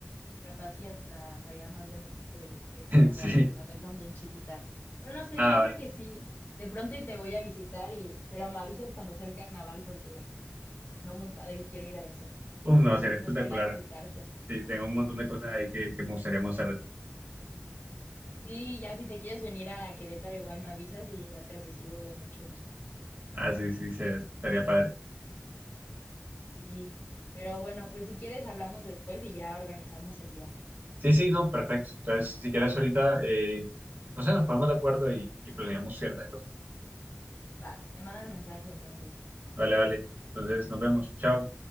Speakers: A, on the left; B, on the right.
A: capaz sí hasta sabía más de México de, que de Colombia,
B: Sí.
A: porque la trajeron bien chiquita. Pero no sé,
B: Ah,
A: yo
B: vale.
A: creo que sí. De pronto y te voy a visitar y, pero me avisas cuando sea el carnaval porque sonó muy padre y quiero ir a eso.
B: Uf, no, sería
A: Entonces,
B: espectacular.
A: para ir a visitarte.
B: Sí, tengo un montón
A: Ujú.
B: de cosas ahí que, que me gustaría mostrarte.
A: Sí, ya si te quieres venir a Querétaro, igual me avisas y ya te recibo con mucho gusto.
B: Ah, sí, sí, sería, estaría padre.
A: Sí, pero bueno, pues si quieres hablamos después y ya organizamos el viaje.
B: Sí, sí, no, perfecto. Entonces, si quieres ahorita, eh, no sé, nos ponemos de acuerdo y, y planeamos ciertas cosas.
A: Va, me mandas mensaje entonces.
B: Vale, vale. Entonces, nos vemos. Chao.